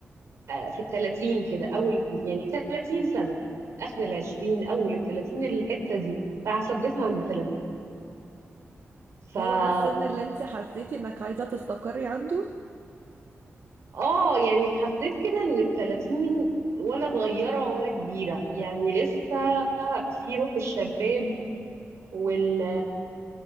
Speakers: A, on the right; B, on the right.
A: آه، في التلاتين كده أول يعني تلاتين سنة آخر العشرين أول التلاتين الحتة دي فهثبتها عند تلاتين سنة
B: هو ده السن اللي انت حسيتي انك عايزة تستقري عنده؟
A: اه يعني حسيت كده ان التلاتين ولا صغيرة ولا كبيرة يعني لسه في روح الشباب وال